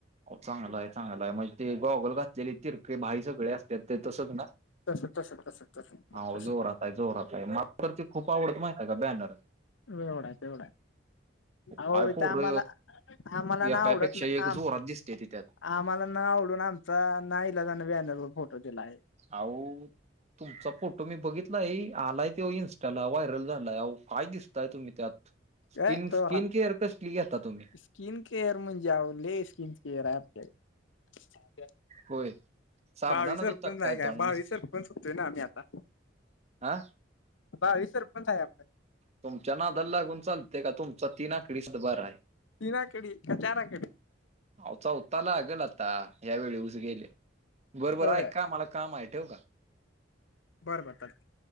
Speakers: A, on the right (about 35°); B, on the left (about 80°).
A: चांगलाय आहे चांगलाय आहे म्हणजे ते गॉगल घातले तिरके भाई सगळे असत्यात. ते तसंच ना
B: तस तस तस तस
A: हांव
B: तस
A: जोरात. जोरात आहे. मला तर ते खूप आवडत माहितेय का बॅनर.
B: एवढा तेवढा आहो
A: काय
B: इथं
A: पोर
B: आम्हाला आम्हाला
A: एकापेक्षा
B: ना आवडत नाही.
A: <unintelligible>
B: आम्हाला न आवडून आमचा नाईलाजान बॅनर वर फोटो दिलाय.
A: आऊत. तुमचा फोटो मी बघितला आहे. आलाय ते इन्स्टाला व्हायरल झालाय आहो काय दिसताय तुम्ही त्यात. स्किन
B: अय तोरात.
A: स्किन केअर कसली घेता तुम्ही
B: कीन केअर म्हणजे आहो लै स्किन केअर आहे आपल्याकडं.
A: होय. साबणान
B: भावी सरपंच
A: धुता
B: नाही काय?
A: तोंड
B: भावी
A: नुसतं
B: सरपंच होतोय ना आम्ही आता
A: हा
B: भावी सरपंच हाय आपण.
A: तुमच्या नादाला लागून चालतंय का तुमचा तीन आकडी सातबारा आहे.
B: तीन आकडी का चार आकडी?
A: अहो चौथा लागल आता यावेळी ऊस गेले बर
B: होय
A: बर ऐका मला काम आहे ठेऊ का?
B: बर बर <unintelligible>